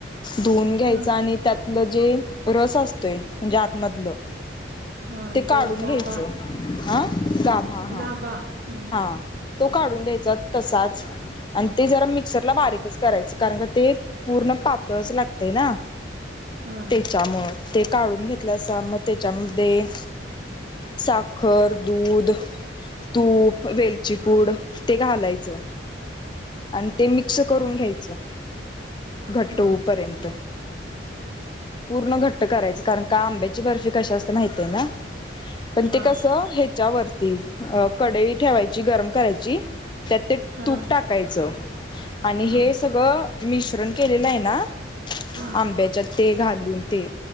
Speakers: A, on the left (about 25°); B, on the right (about 50°).
A: धुऊून घ्यायचं
B: हा
A: आणि लं जे रस असतोय म्हणजे आतमधलं
B: हा
A: ते काढून
B: गर गाबा
A: घ्यायचं हा गाभा हा
B: गाबा हम्म
A: हा तो काढून द्यायचा तसाच आणि ते जरा मिक्सरला बारीकच करायचं कारण का ते पूर्ण पातळच लागते ना
B: हा
A: त्याच्या मुळे ते काढून घेतलं अस मग त्याच्यामध्ये साखर दूध तूप वेलचीपूड ते घालायचं आणि ते मिक्स करून घ्यायचं घट
B: हा
A: होऊ पर्यंत पूर्ण घट्ट करायच कारण का आंब्याची बर्फी कशी असते माहती आहे ना पण
B: हा
A: ते कस ह्याच्यावरती अ कडई ठेवायची गरम करायची त्यात ते
B: हा
A: तूप टाकायचं आणि हे
B: हा
A: सगळं मिश्रण केलेलं आहे ना
B: हा
A: आंब्याच्या ते घाल ते